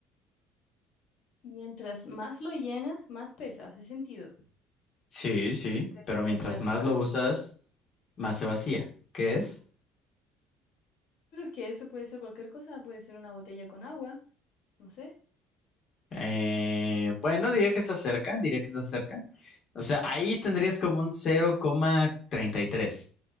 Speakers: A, on the left; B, on the left.
A: Mientras más lo llenas, más pesa, hace sentido.
B: Sí, sí,
A: Pero
B: pero
A: mientras
B: mientras más
A: más,
B: lo usas, más se vacía. ¿Qué es?
A: pero es que eso puede ser cualquier cosa, puede ser una botella con agua, no sé.
B: Eh, bueno, diría que está cerca, diría que está cerca. O sea, ahí tendrías como un cero coma treinta y tres.